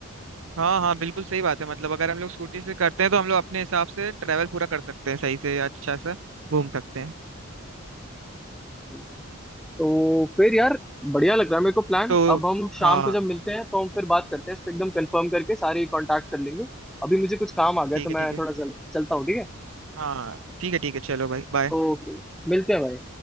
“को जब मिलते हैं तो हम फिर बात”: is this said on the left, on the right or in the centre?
Centre